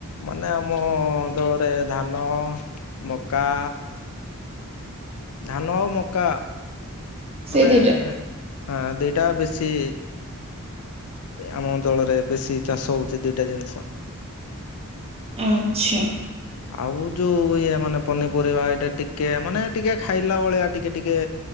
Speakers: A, on the left; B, on the right.
A: ମାନେ ଆମ ଅଞ୍ଚଳରେ ଧାନ ମକା ଧାନ ମକା
B: ସେ
A: ମାନେ
B: ଦିଟା
A: ହଁ ଦଇଟା ବେଶୀ ଆମ ଅଞ୍ଚଳରେ ବେଶୀ ଚାଷ ହୋଉଚି ଦିଟା ଜିନିଷ।
B: ଆଚ୍ଛା।
A: ଆଉ ଯୋଉ ଇଏ ମାନେ ପନିପରିବା ଏଇଟା ଟିକେ ମାନେ ଟିକେ ଖାଇଲା ଭଳିଆ ଟିକେ ଟିକେ